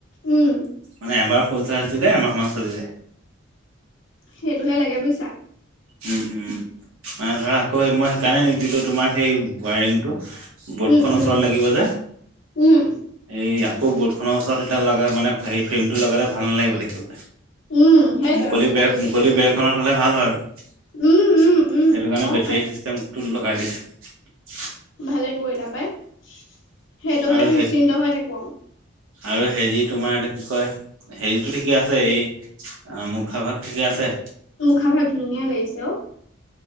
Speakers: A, on the left (about 65°); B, on the right (about 85°).
A: উম
B: মানে এবাৰ ফুল চাৰ্জ দিলে, এমাহমান চলি যায়।
A: সেইটোহে লাগে, বুজিছা।
B: উম, উম। মানে ধৰা, আকৌ মই সেইকাৰণে নিদিলোঁ। তোমাৰ সেই ৱায়াৰিংটো বৰ্ডখনৰ
A: উম উম
B: ওচৰতে লাগিব যে
A: উম
B: এইয়া আকৌ বৰ্ডখনৰ ওচৰত সেইডাল লগালে মানে, ফ্ৰেমটো লগালে ভাল নালাগিব দেখিবলৈ।
A: উম সেইটোৱে
B: মুকলি
A: আকৌ
B: বেৰত, মুকলি বেৰখনত হ'লে ভাল হয় আৰু সেইটো
A: উম উম উম
B: কাৰণে
A: হয়
B: বেটেৰী চিষ্টেমটো লগাই দিছে।
A: ভালে কৰিলা পায়। সেইটো
B: আৰু
A: হ'লে নিশ্চিন্ত
B: হে
A: হৈ থাকোঁ আৰু।
B: আৰু হেৰি, তোমাৰ এইটো কি কয়, হেৰিটো ঠিকে আছে? এই মুখাভাগ ঠিকে আছে? ছে
A: মুখাভাগ ধুনীয়া লাগিছে, অ'।